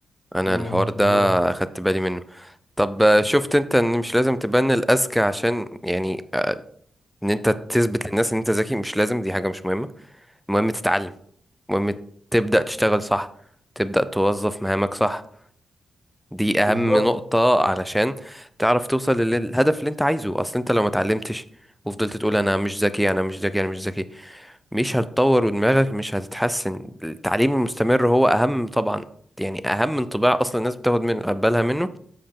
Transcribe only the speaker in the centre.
انا
الحوار ده
اخدت بالي منه طب آه، شفت انت ان مش لازم تبان الاذكى عشان يعني آه، ان انت تثبت للناس ان انت ذكي مش لازم دي حاجة مش مهمة المهم تتعلم المهم تبدأ تشتغل صح تبدأ توظف مهامك صح دي أهم
نقطة علشان تعرف توصل لل- للهدف اللي أنت عايزه أصل أنت لو ما اتعلمتش وفضلت تقول أنا مش ذكي أنا مش ذكي أنا مش ذكي مش هتطور ودماغك مش هتتحسن التعليم المستمر هو أهم طبعا يعني أهم انطباع أصلا الناس بتاخد من بالها منه